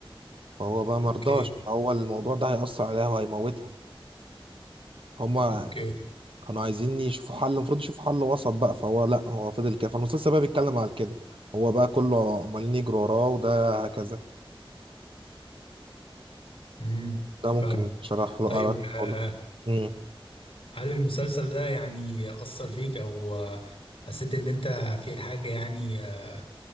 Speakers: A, on the right (about 65°); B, on the left (about 65°).
A: فهو بقى مرضاش
B: أوكي
A: هو الموضوع ده هيأثر عليها وهيموتها هما
B: أوكي
A: كانوا عايزين يشوفوا حل المفروض يشوفوا حل وسط بقى فهو لا هو فضل كده فالمسلسل بقى بيتكلم على كده هو بقى كله عمالين يجروا وراه وده هكذا
B: امم
A: ده ممكن
B: فاهمك
A: شرح له
B: طيب
A: أراك
B: آه
A: أقول لك مم.
B: هل المسلسل ده يعني أثر فيك أو آه حسيت إن أنت في حاجة يعني آه